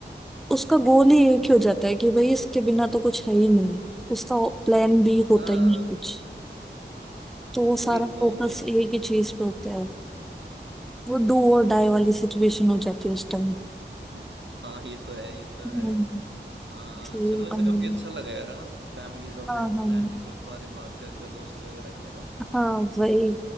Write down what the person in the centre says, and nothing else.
अ, उसका गोल ही एक ही हो जाता है कि भाई इसके बिना तो कुछ है ही नहीं उसका प्लान भी होता
ही नहीं कुछ तो वो सारा
फोकस एक ही चीज पे होता है वो डू और
डाई वाली सिचुएशन हो जाती है उस टाइम
हम्म,
इसलिए,
हम्म,
हाँ
हाँ
हाँ वही